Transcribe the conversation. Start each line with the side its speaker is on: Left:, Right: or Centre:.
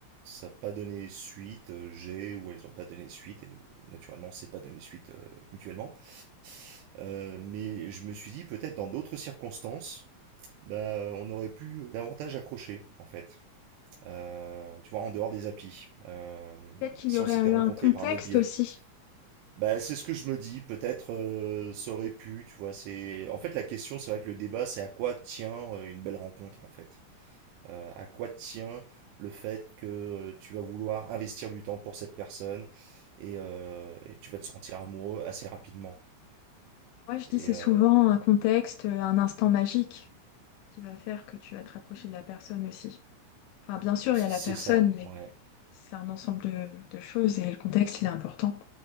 Right: n'a pas donné suite, euh, j'ai, ou elles n'ont pas donné suite, et naturellement c'est pas donné suite euh, mutuellement. Euh, mais je me suis dit peut-être dans d'autres circonstances, bah, on aurait pu davantage accrocher en fait. Euh, tu vois, en dehors des applis. Euh,
Left: Peut-être qu'il
Right: si
Left: y aurait
Right: on s'était
Left: eu
Right: rencontrés
Left: un contexte
Right: par un autre biais.
Left: aussi.
Right: Bah, c'est ce que je me dis, peut-être euh, ça aurait pu, tu vois, c'est... En fait la question, c'est vrai que le débat, c'est à quoi tient euh, une belle rencontre en fait euh, à quoi tient le fait que euh, tu vas vouloir investir du temps pour cette personne et, euh, et tu vas te sentir amoureux assez rapidement.
Left: Moi, je dis
Right: Et
Left: c'est
Right: euh,
Left: souvent un contexte, euh, un instant magique qui va faire que tu vas te rapprocher de la personne aussi. Enfin, bien sûr,
Right: c'est
Left: il y a la personne,
Right: ça,
Left: mais
Right: ouais,
Left: c'est un ensemble de, de choses et le contexte, il est important.